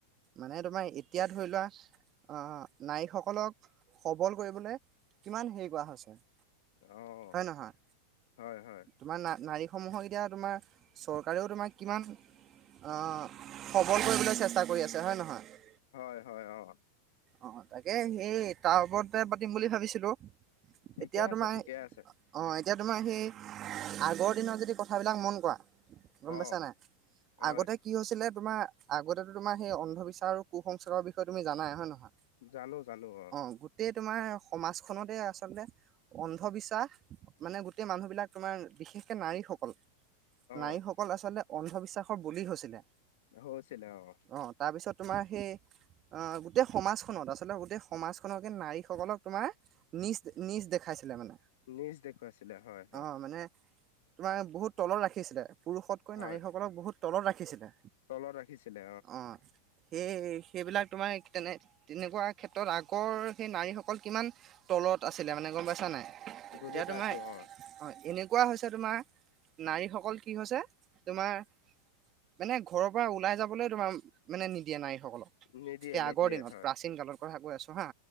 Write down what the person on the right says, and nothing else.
মানে তোমাৰ এতিয়া ধৰি লোৱা আহ নাৰীসকলক- সবল কৰিবলৈ কিমান হেৰি কৰা হৈছে!
হয় নহয়
তোমাৰ না নাৰীসমুহক এতিয়া চৰকাৰেও তোমাক কিমান অঁ- সবল কৰিবলৈ চেষ্টা কৰি আছে হয়, নহয়?
অঁ, তাকে সেই তাৰ ওপৰতে পাতিম বুলি ভাবিছিলোঁ।
এতিয়া
তোমাৰ
অঁ, এতিয়া তোমাৰ সেই আগৰ দিনৰ - কথাবিলাক মন কৰা গম
পাইছা নাই?
আগতে কি হৈছিলে তোমাৰ! আগতে টো তোমাৰ সেই অন্ধবিশ্বাস আৰু কু সংস্কাৰৰ বিষয়ে তুমি জানাই হয়, নহয়?
অ'! গোটেই তোমাৰ, সমাজখনতে আচলতে, অন্ধবিশ্বাস। মানে, গোটেই মানুহ বিলাক তোমাৰ, বিশেষকে নাৰীস কল।
নাৰীসকল আচলতে, অন্ধবিশ্বাসৰ বলি হৈছিলে।
অ'! তাৰপিছত তোমাৰ সেই, আঁ গোটেই সমাজখনত, আচলতে গোটেই সমাজখনকে, নাৰীসকলক তোমাৰ নীচ, নীচ দেখাইছিলে, মানে।
অ মানে তোমাৰ, বহুত তলত ৰাখিছিলে। পুৰুষতকৈ
নাৰীসকলক বহুত তলত ৰাখিছিলে।
অ'! সেই, সেইবিলাক তোমাৰ, তেনে-তেনেকুৱা ক্ষেত্ৰত আগৰ, সেই নাৰীসকল কিমান তলত আছিলে মানে। গম পাইছা নাই? এতিয়া
তোমাৰ,
হয়! এনেকুৱা হৈছে তোমাৰ নাৰীসকল কি হৈছে! তোমাৰ মানে, ঘৰৰ পৰা ওলাই যাবলৈ, তোমাৰ মানে, নিদিয়ে নাৰীসকলক।
সেই,
আগৰ দিনত,
প্ৰাচীন কালৰ কথা কৈ আছোঁ, হা!